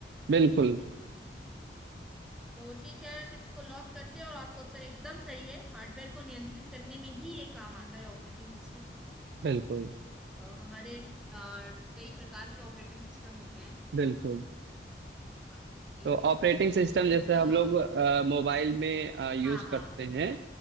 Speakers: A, on the right (about 70°); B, in the centre.
A: बिल्कुल
B: तो ठीक है फिर इसको लॉक करते हैं और आपका उत्तर एकदम सही है हार्डवेयर को नियंत्रित करने में ही ये काम आता है ऑपरेटिंग सिस्टम
A: बिल्कुल
B: अ, हमारे अ, कई प्रकार के ऑपरेटिंग सिस्टम होते हैं
A: बिल्कुल
B: का- जी
A: तो
B: जी
A: ऑपरेटिंग
B: जी
A: सिस्टम
B: तो फिर
A: जैसे हम
B: अ,
A: लोग अ, मोबाइल में यूज
B: हाँ हाँ
A: करते हैं